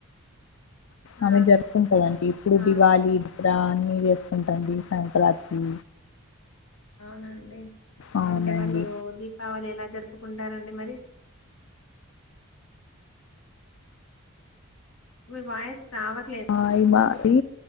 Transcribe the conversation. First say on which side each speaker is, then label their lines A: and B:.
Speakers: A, on the left (about 80°); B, on the left (about 60°).
A: ఆ
B: ఆమె జరుపుకుంటదంటడి ఇప్పుడు
A: ఆ
B: దివాళీ దసరా అన్ని చేసుకుంటదండి సంక్రాంతి
A: అవునా అండి
B: అవునండి
A: అంటే వాళ్ళు దీపావళి ఎలా జరుపుకుంటారండి మరి మీ వాయిస్ రవాట్
B: ఆ ఇ మాది